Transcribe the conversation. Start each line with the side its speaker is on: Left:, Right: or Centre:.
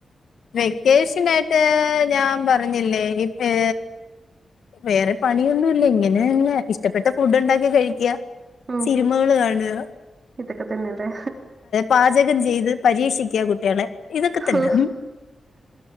Left: വെക്കേഷനായിട്ട് ഞാൻ പറഞ്ഞില്ലേ ഹ് വേറെ പണിയൊന്നുംല്ല ഇങ്ങനെന്നെ ഇഷ്ടപ്പെട്ട ഫുഡ് ഉണ്ടാക്കി കഴിക്കുക
Right: ഉം
Left: സിനിമകൾ കാണുക
Right: ഇതൊക്കെ തന്നെയല്ലേ
Left: പാചകം ചെയ്ത് പരീക്ഷിക്കുക കുട്ടികാളെ ഇതൊക്കെ തന്നെ
Right: ഓഹ്